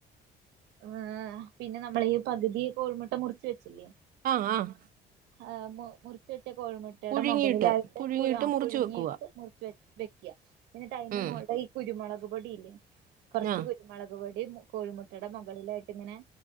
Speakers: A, on the right; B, on the right.
A: ഏ പിന്നെ നമ്മള ഈ പകുതി കോൾമുട്ട മുറച്ച് വെച്ചില്ലേ
B: ആഹ് ആഹ്
A: ആ് മുറിവെച്ച കോഴിമുട്ടയുടെ
B: പുഴുങ്ങിയിട്ട്
A: മുകളിലായിട്ട്
B: പുഴുങ്ങിയിട്ട്
A: ആ
B: മുറിച്ച്
A: പുഴുങ്ങിട്ട്
B: വെക്കുക
A: മുറിച്ച് വെച്ച വെക്ക എന്നിട്ട് അതിന്റെ
B: ഉം
A: മോളെ ഈ കുരുമുളക് പൊടിയില്ലേ കുറച്ച്
B: ആ
A: കുരുമുളക് പൊടി കോഴിമുട്ടയുടെ മുകളിലായിട്ട് ഇങ്ങനെ